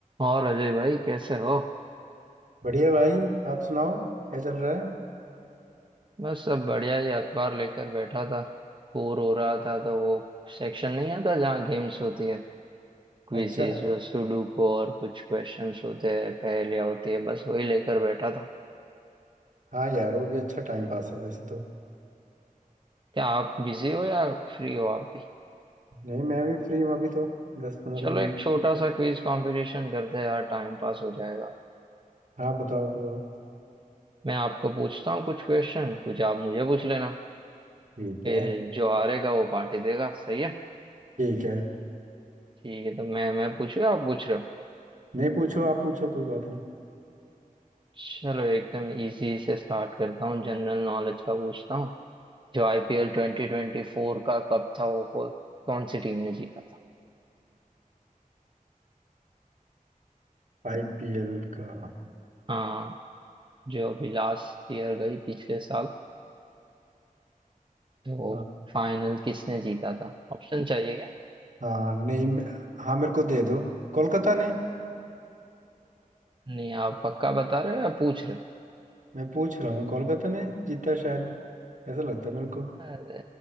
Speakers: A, on the right; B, on the right.
A: और अजय भाई कैसे हो
B: बढ़िया भाई आप सुनाओ क्या चल रहा है
A: बस सब बढ़िया ही अखबार लेकर बैठा था बोर हो रहा था तो वो सेक्शन नहीं आता जहाँ गेम्स होती है क्विजीज
B: अच्छा
A: सुडोकू और कुछ क्वेश्चंस होते हैं पहेलियाँ होती है बस वही लेकर बैठा था
B: हाँ यार वो भी अच्छा टाइम पास है वैसे तो
A: क्या आप बिजी हो या फ्री हो आप भी
B: नहीं मैं भी फ्री हूँ अभी तो दस पंद्रह
A: चलो
B: मिनट
A: एक छोटा सा क्विज कंपटीशन करते हैं यार टाइम पास हो जाएगा
B: हाँ बताओ बताओ
A: मैं आपको पूछता हूँ कुछ क्वेश्चन कुछ आप मुझे पूछ लेना
B: ठीक
A: फिर
B: है
A: जो हारेगा वो पार्टी देगा सही है
B: ठीक है
A: ठीक है तो मैं मैं पूछूँ या आप पूछ रहे हो
B: नहीं पूछो आप पूछो कोई बात नहीं
A: चलो एकदम इजी से स्टार्ट करता हूँ जनरल नॉलेज का पूछता हूँ जो आईपीएल 2024 का कप था वो को, कौन सी टीम ने जीता था
B: आईपीएल का हाँ
A: हाँ जो अभी लास्ट ईयर गई पिछले साल तो
B: हाँ
A: फाइनल किसने जीता था ऑप्शन चाहिए क्या
B: नहीं मैं- हाँ मेरे को दे दो कोलकाता ने
A: नहीं आप पक्का बता रहे हो या पूछ रहे हो
B: मैं पूछ रहा हूँ कोलकाता ने जीता शायद ऐसा लगता है मेरे को
A: अरे